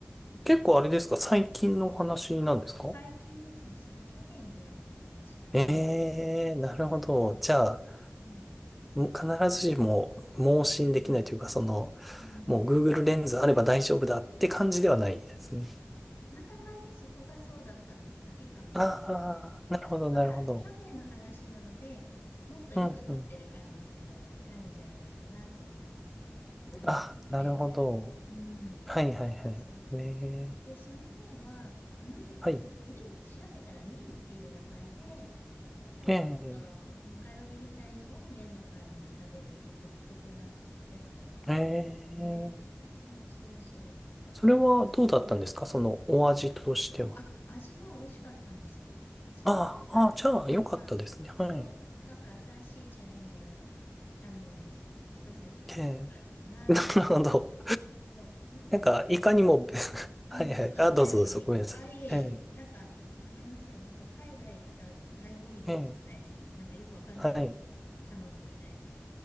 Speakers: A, in the centre; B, on the left (about 55°).
A: 結構あれですか最近のお話なんですか
B: 最近ですね、それ去年ぐらいの話かなと思うんです
A: ええー、なるほど。
B: が、
A: じゃあ、
B: うん、
A: もう必ずしも盲信できないというか、
B: うん、
A: その、
B: うん。
A: もう Google レンズあれば大丈夫だって感じではないですね。
B: たまたまね、そこがそうだったのだけかもしれないです。
A: ああ、なるほど、
B: あとは、
A: なるほど。
B: 去年の話なので、もっと良くなってる可能性が高いんじゃないかなと思うんですけど、
A: うん、うん。
B: あの、
A: あ、
B: フルレンズ。
A: なるほど。
B: うん、
A: はい、はい、
B: そうそう。
A: はい。ええ、
B: で、その面は、ぬい、んぬい、
A: はい。
B: 調べたらぬいっていう名前で、やっぱり、
A: ええ、
B: その、マカロニみたいのを麺の代わりに食べるっていう独特なやつだったみたいね。
A: ええ。
B: そうそうそう。だから、
A: それはどうだったんですかそのお味としては。
B: あの、うんあ、味は美味しかったんですよ。味は美味しかったんで、
A: ああ、ああ、じゃあ、よかったですね。
B: まあ、そう、
A: はい。
B: だから新しいチャレンジが、あの、意図せずできてよかったな、
A: ええ、
B: みたいな感じ。
A: <laughs> なるほど。
B: そう、なんかね、
A: なんか、
B: か、
A: いかにも
B: うん、
A: <laughs>
B: うん、
A: はいはい。
B: そう、
A: あ、
B: いかにもいかも。
A: どうぞどうぞ。ごめんなさい。
B: あ、いえいえ、
A: ええ、
B: なんか、ごめんなさい、なんか海外行った醍醐味かもしれないですね。
A: ええ、
B: なんかよくわかんないけど、
A: はい。
B: 頼むみたいな。